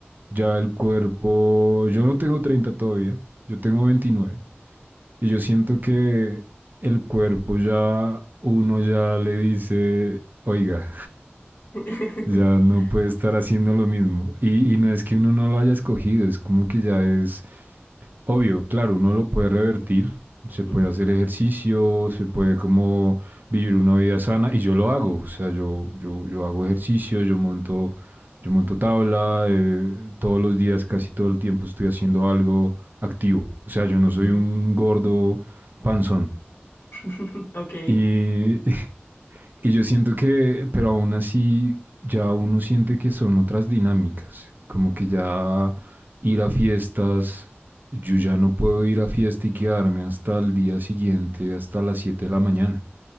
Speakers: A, on the right; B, on the left.
A: ya el cuerpo, yo no tengo 30 todavía, yo tengo 29 y yo siento que el cuerpo ya, uno ya le dice, oiga,
B: <laughs>
A: ya no puede estar haciendo lo mismo. Y, y no es que uno no lo haya escogido, es como que ya es obvio, claro, uno lo puede revertir, se
B: Ujú,
A: puede hacer ejercicio, se puede como vivir una vida sana y yo lo hago, o sea, yo, yo, yo hago ejercicio, yo monto, yo monto tabla, eh, todos los días, casi todo el tiempo estoy haciendo algo activo, o sea, yo no
B: ujú,
A: soy un gordo panzón.
B: <laughs> Ok.
A: Y, <laughs> Y yo siento que, pero aún así, ya uno siente que son otras dinámicas, como que ya ir a fiestas, yo ya no puedo ir a fiesta y quedarme hasta el día siguiente, hasta las 7 de la mañana.